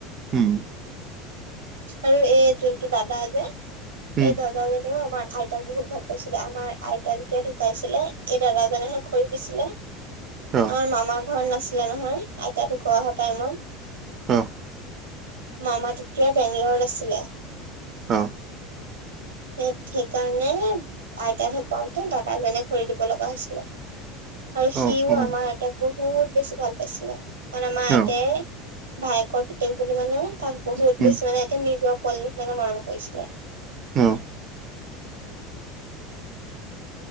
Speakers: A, on the right; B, on the right.
A: উম'
B: আৰু এই যোনটো দাদা যে
A: উম,
B: এই দাদাজনেও আমাৰ আইতাক বহুত ভাল- কৈছিলে আমাৰ আইতা যেতিয়া ঢুকাইছিলে, এই দাদাজনেহে খৰি দিছিলে।
A: অ,
B: আমাৰ মামা ঘৰত নাছিলে নহয়, আইতা ধোকোৱা হোৱা টাইমত।
A: অঁহ'।
B: মামা তেতিয়া বেংগলৰত আছিলে।
A: অহ'।
B: সেই-সেইকাৰণে আইতা ঢ়ুকাওতে দাদা এজনে খৰি দিব লগা হৈছিলে। আৰু সিও
A: অ, অ,
B: আমাৰ আইতাক বহুত বেছি ভাল পাইছিলে, কাৰণ আমাৰ আইতাই
A: অ,
B: ভায়েকৰ পিতেক বুলি মানে তাক বহুত
A: উম,
B: বেছি মানে, একে নিজৰ পোৱালী নিচিনাকে মৰম কৰিছিলে।
A: অহ'।